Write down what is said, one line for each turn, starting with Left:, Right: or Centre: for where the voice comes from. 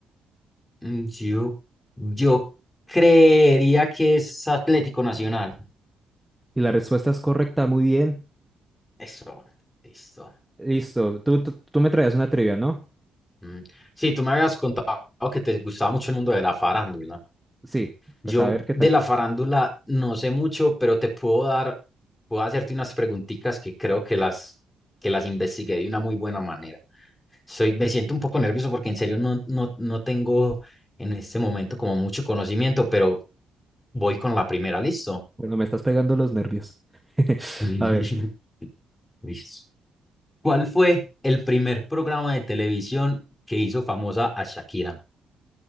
Left: Mm, Yo, yo creería que es Atlético Nacional.
Centre: Y la respuesta es correcta, muy bien.
Left: Eso, listo.
Centre: Listo, tú, tú, tú me traías una trivia, ¿no?
Left: Mm. Sí, tú me habías contado que te gustaba mucho el mundo de la farándula.
Centre: Sí,
Left: Yo
Centre: pues a ver qué
Left: de
Centre: tal.
Left: la farándula no sé mucho, pero te puedo dar, puedo hacerte unas preguntitas que creo que las, que las investigué de una muy buena manera. Soy, me siento un poco nervioso porque en serio no, no, no tengo en este momento como mucho conocimiento, pero voy con la primera, ¿listo?
Centre: Bueno, me estás pegando los nervios. <laughs>
Left: <laughs>
Centre: A ver.
Left: Listo. ¿Cuál fue el primer programa de televisión que hizo famosa a Shakira?